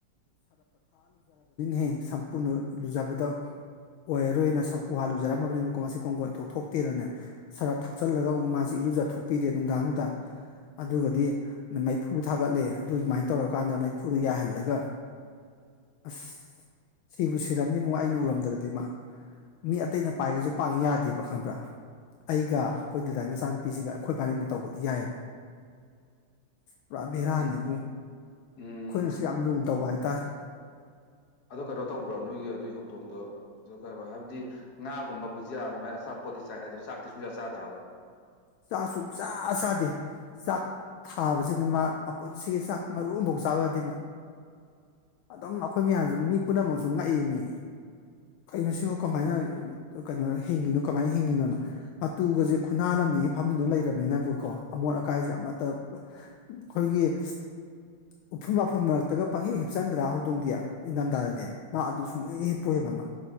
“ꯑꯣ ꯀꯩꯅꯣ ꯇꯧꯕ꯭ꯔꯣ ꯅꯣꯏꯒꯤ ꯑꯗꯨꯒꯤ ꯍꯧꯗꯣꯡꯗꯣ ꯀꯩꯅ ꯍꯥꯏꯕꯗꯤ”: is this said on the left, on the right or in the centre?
Left